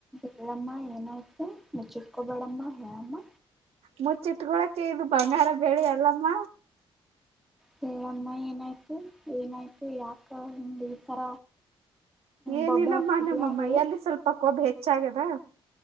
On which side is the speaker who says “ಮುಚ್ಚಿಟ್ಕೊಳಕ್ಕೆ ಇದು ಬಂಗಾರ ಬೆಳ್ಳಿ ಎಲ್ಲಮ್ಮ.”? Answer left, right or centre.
Right